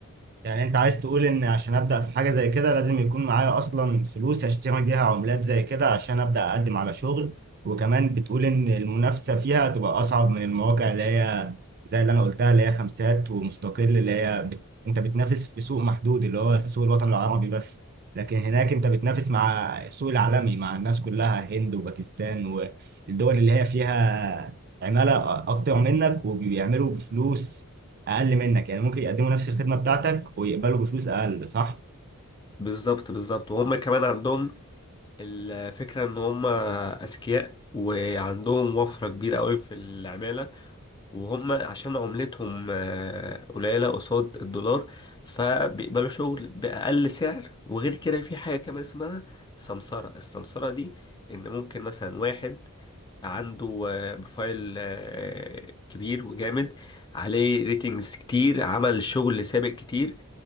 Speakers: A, on the right; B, on the left.
A: يعني انت عايز تقول ان عشان ابدا في حاجه زي كده لازم يكون معايا اصلا فلوس اشتري بيها عملات زي كده عشان ابدا اقدم على شغل وكمان بتقول ان المنافسه فيها تبقى اصعب من المواقع اللي هي زي اللي انا قلتها اللي هي خمسات ومستقل اللي هي بت... انت بتنافس في سوق محدود اللي هو السوق الوطني العربي بس لكن هناك انت بتنافس مع السوق العالمي مع الناس كلها هند وباكستان والدول اللي هي فيها عمالة أكتر منك وبيعملوا بفلوس اقل منك يعني ممكن يقدموا نفس الخدمه بتاعتك ويقبلوا بفلوس اقل صح
B: بالظبط بالظبط وهم كمان عندهم الفكرة إن هم أذكياء وعندهم وفرة كبيرة قوي في العمالة وهم عشان عملتهم آه، قليلة قصاد الدولار فبيقبلوا شغل بأقل سعر وغير كده في حاجة كمان اسمها سمسرة السمسرة دي إن ممكن مثلا واحد عنده آه، بروفايل آه، كبير وجامد عليه ريتنجز كتير عمل شغل سابق كتير